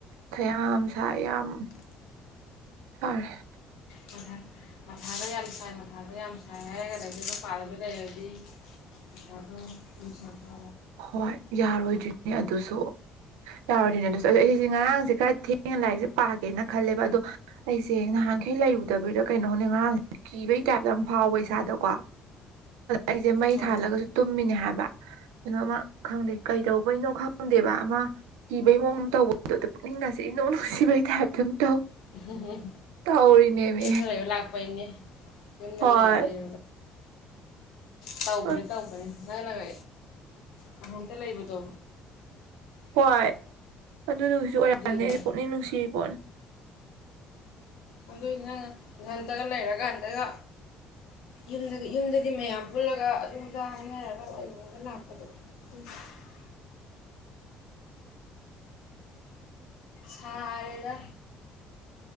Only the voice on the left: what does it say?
ꯀꯥ ꯃꯊꯥꯗ ꯌꯥꯝ ꯁꯥꯏ ꯃꯊꯥꯗ ꯌꯥꯝ ꯁꯥꯏ ꯍꯥꯏꯔꯒ ꯂꯩꯗꯤ ꯑꯗꯨꯝ ꯄꯥꯔꯕ ꯂꯩꯔꯗꯤ ꯄꯁꯗꯣ ꯄꯩꯁꯥ ꯇ
ꯍꯣꯏ
ꯎꯝ
ꯁꯨꯔꯥꯏꯕꯨ ꯂꯥꯛꯄꯅꯦꯅꯤ ꯌꯝꯗꯟꯅꯦ
ꯂꯩ ꯇꯧꯕꯅꯦ
ꯇꯧꯕꯅꯦ ꯅꯪꯅꯒ ꯅꯊꯟꯇ ꯂꯩꯕꯗꯣ
ꯑꯗꯨꯏꯅꯦ
ꯑꯗꯨꯏꯅ ꯏꯙꯟꯗꯒ ꯂꯩꯔꯀꯥꯟꯗꯒ ꯌ ꯌꯨꯝꯗꯗꯤ ꯃꯌꯥꯝ ꯄꯨꯜꯂꯒ ꯑꯗꯨꯝꯗ ꯍꯥꯏꯅꯔꯒ ꯑꯩꯉꯣꯟꯗ ꯂꯥꯛꯄꯗꯣ <unintelligible> ꯁꯥꯔꯦꯗ